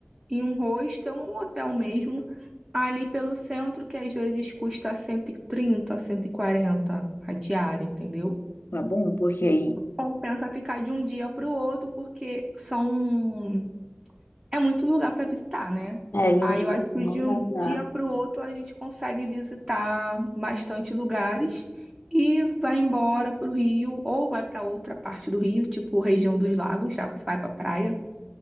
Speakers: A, on the right (about 20°); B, on the left (about 65°).
A: em um hostel, um hotel mesmo, ali pelo centro, que às vezes custa cento e 140 a diária, entendeu?
B: tá bom, porque aí,
A: Compensa ficar de um dia pro outro, porque são é muito lugar para visitar, né?
B: é, em
A: Aí
B: um dia
A: eu acho
B: assim,
A: que
B: não
A: de um
B: vai dar.
A: dia para o outro a gente consegue visitar bastante lugares e vai embora para o Rio ou vai para outra parte do Rio, tipo região dos lagos, já vai para praia.